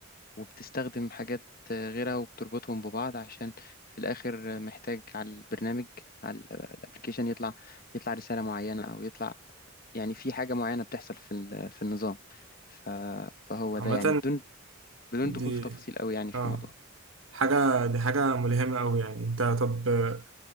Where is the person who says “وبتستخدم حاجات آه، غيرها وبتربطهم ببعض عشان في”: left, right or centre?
Left